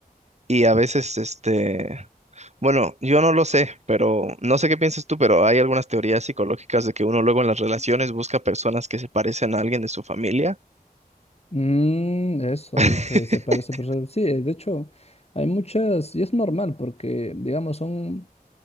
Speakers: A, on the right (about 45°); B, on the left (about 40°).
A: Y a veces, este, bueno, yo no lo sé, pero no sé qué piensas tú, pero hay algunas teorías psicológicas de que uno luego en las relaciones busca personas que se parecen a alguien de su familia.
B: Mm, eso
A: <laughs>
B: de que se parece, pero sí, de hecho, hay muchas, y es normal porque, digamos, son